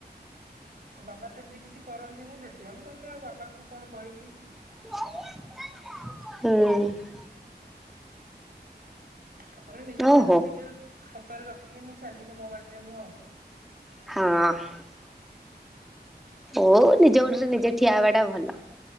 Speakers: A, on the right (about 55°); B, in the centre.
A: ଆ ବାବା ସେମିତି କିଛି କରନ୍ତି ନାଇଁ ସେଥିପାଇଁ ମୁଁ କହିଲିି ଆଉ ବାବାଙ୍କୁ କଣ କହିବି।
B: ହୁଁ।
A: ତା ପରେ ନିଜ ଲାଇଫକୁ
B: ଓହୋ।
A: ନିଜ ହାତରେ ରଖିକି ମୁଁ ଚାଲିଲେ ମୋ ବାଟରେ ମୁଁ ଆଉ।
B: ହଁ। ଓ ନିଜ ଗୋଡରେ ନିଜେ ଠିଆ ହେବା ଟା ଭଲ।